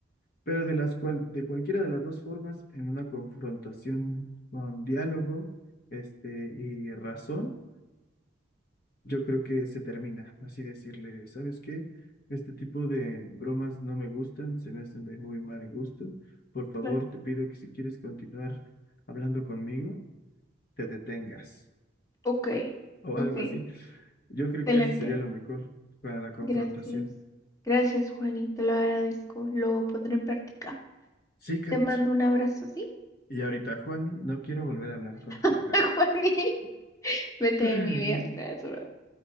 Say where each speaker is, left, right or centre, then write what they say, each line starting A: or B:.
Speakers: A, on the left; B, on the left.
A: Pero de las cual, de cualquiera de las dos formas, en una confrontación con diálogo, este, y razón, yo creo que se termina, así decirle, ¿sabes qué? Este tipo de bromas no me gustan, se me hacen de muy mal gusto. Por favor,
B: claro.
A: te pido que si quieres continuar hablando conmigo, te detengas
B: Ok,
A: o
B: ok.
A: algo así. Yo creo
B: Excelente.
A: que eso sería lo mejor para la confrontación.
B: Gracias. Gracias, Juani. Te lo agradezco. Lo pondré en práctica.
A: Sí, Kat.
B: Te mando un abrazo, ¿sí?
A: Y ahorita, Juani, no quiero volver a hablar contigo.
B: <laughs> Juani. Vete
A: <laughs>
B: de mi vida. Gracias, bro.